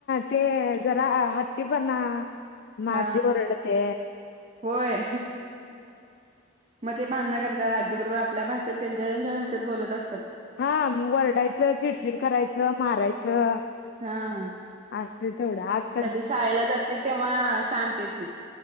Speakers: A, on the left; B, on the right.
A: ते जरा हट्टी पण माझी
B: हा
A: ओरडते
B: होय मग ते भांडण करतात आजीबरोबर आपल्या भाषेत त्यांच्या त्यांच्या भाषेत बोलत असतात
A: हा म वरडायचं चिडचिड करायचं मारायचं
B: हा
A: असते तेवढं आज
B: कधी शाळेला जातील तेव्हा शांत येतील